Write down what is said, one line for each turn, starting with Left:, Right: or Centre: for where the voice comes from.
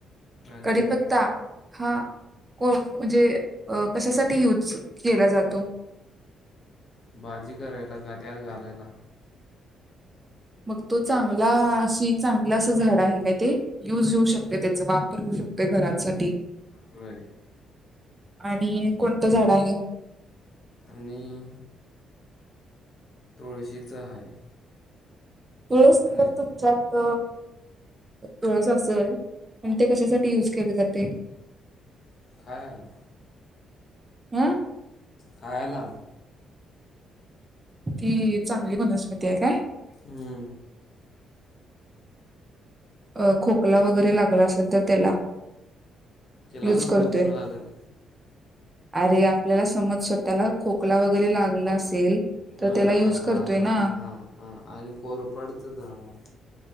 Left: आणि
Right: कडीपत्ता हा को म्हणजे कशासाठी यूज केला जातो? <unintelligible>
Left: भाजी करायला का त्यात आत घालायला.
Right: मग तो चांगला अशी चांगलं अस झाड आहे का ते? काय ते युज होऊ शकते त्याचा वापर होऊ शकतो शकतोय घरासाठी
Left: होय.
Right: आणि कोणतं झाड आहे?
Left: आणि तुळशीचं आहे.
Right: तुळस
Left: आणि
Right: तर तुमच्यात तुळस असेल पण ते कशासाठी युज केले जाते?
Left: खायला
Right: हं
Left: खायला
Right: ती चांगली वनस्पती आहे काय?
Left: हं
Right: अं खोकला वगैरे लागला असेल तर त्याला
Left: त्याला
Right: यूज
Left: कस खोकला
Right: करतोय.
Left: लागल?
Right: अरे आपल्याला समज स्वतःला खोकला वगैरे लागला. असेल तर
Left: ह
Right: त्याला यूज
Left: हा
Right: करतोय
Left: हा हा
Right: ना.
Left: हा हा आणि कोरफडच झाड आहे